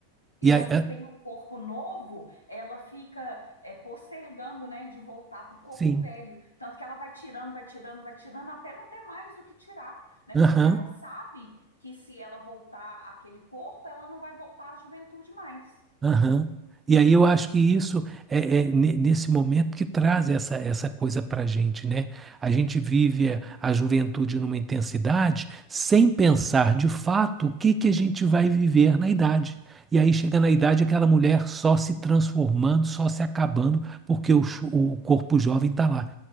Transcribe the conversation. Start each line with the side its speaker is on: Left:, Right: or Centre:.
Left: E
Right: e aí,
Left: a que
Right: é,
Left: tem o corpo novo, ela fica é, postergando, né, de voltar para o corpo
Right: sim.
Left: velho. Tanto que ela vai tirando, vai tirando, vai tirando, até não ter mais o que tirar, né?
Right: Aham.
Left: Porque ela sabe que se ela voltar àquele corpo, ela não vai voltar à juventude mais.
Right: Aham. E aí eu acho que isso é, é ne- nesse momento que traz essa, essa coisa para a gente, né? A gente vive a, a juventude numa intensidade sem pensar de fato o que que a gente vai viver na idade. E aí chega na idade aquela mulher só se transformando, só se acabando, porque o, cho- o corpo jovem está lá,